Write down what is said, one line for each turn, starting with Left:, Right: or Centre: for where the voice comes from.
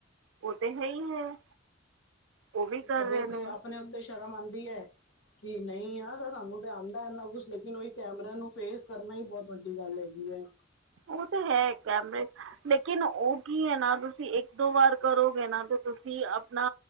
Right: ਉਹ ਤੇ ਹੈ ਹੀ ਹੈ। ਉਹ ਵੀ ਕਰ
Left: ਕਦੇ
Right: ਰਹੇ
Left: ਤੇ
Right: ਨੇ
Left: ਆਪਣੇ ਉੱਤੇ ਸ਼ਰਮ ਆਂਦੀ ਏ। ਕਿ ਨਹੀਂ ਯਾਰ ਸਾਨੂੰ ਤੇ ਆਂਦਾ ਇੰਨਾ ਕੁਛ ਲੇਕਿਨ ਉਹੀ ਕੈਮਰਾ ਨੂੰ ਫੇਸ ਕਰਨਾ ਹੀ ਬਹੁਤ ਵੱਡੀ ਗੱਲ ਹੈਗੀ ਐ।
Right: ਉਹ ਤਾਂ ਹੈ ਕੈਮਰੇ ਲੇਕਿਨ ਉਹ ਕੀ ਹੈ ਨਾ ਤੁਸੀਂ ਇੱਕ-ਦੋ ਵਾਰ ਕਰੋਗੇ ਨਾ ਤੇ ਤੁਸੀਂ ਆਪਣਾ